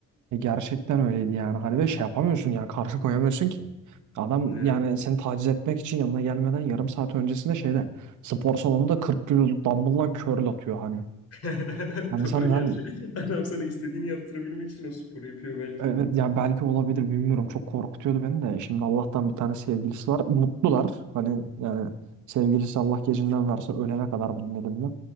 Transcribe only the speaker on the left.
Evet.
<laughs>
Doğru
gerçi. Adam sana istediğini yaptırabilmek için o sporu yapıyor belki
de.